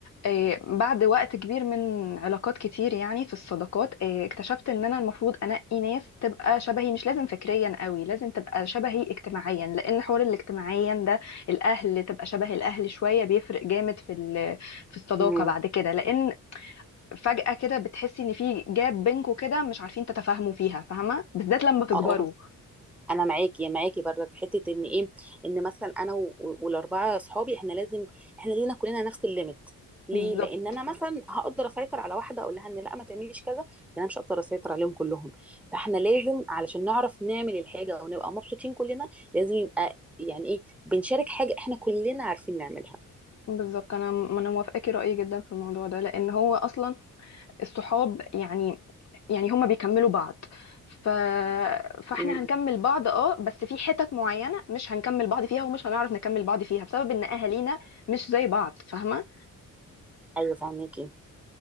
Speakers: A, on the left (about 50°); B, in the centre.
A: آه، بعد وقت كبير من علاقات كتير يعني في الصداقات آه، اكتشفت ان انا المفروض انقي ناس تبقى شبهي مش لازم فكريا قوي لازم تبقى شبهي اجتماعيا لان حوار الاجتماعيا ده الاهل تبقى شبه الاهل شوية بيفرق جامد في ال- في الصداقة
B: مم.
A: بعد كده لان فجأة كده بتحسي ان في جاب بينكوا كده مش عارفين تتفاهموا فيها فاهمة بالذات لما تكبروا
B: اه انا معاكي معاكي برضك في حته ان ايه ان مثلا انا و- و- والاربعه اصحابي احنا لازم احنا لينا كلنا نفس الليميت ليه
A: بالظبط
B: لان انا مثلا هقدر اسيطر على واحده اقول لها ان لا ما تعمليش كذا لكن انا مش هقدر اسيطر عليهم كلهم فاحنا لازم علشان نعرف نعمل الحاجه ونبقى مبسوطين كلنا لازم يبقى يعني ايه بنشارك حاجه احنا كلنا عارفين نعملها
A: بالظبط انا انا موافقاكي رأيي جدا في الموضوع ده لان هو اصلا الصحاب يعني يعني هما بيكملوا بعض ف... فاحنا
B: أمم،
A: هنكمل بعض اه بس في حتت معينة مش هنكمل بعض فيها ومش هنعرف نكمل بعض فيها بسبب ان اهالينا مش زي بعض فاهمة
B: ايوه فاهمكي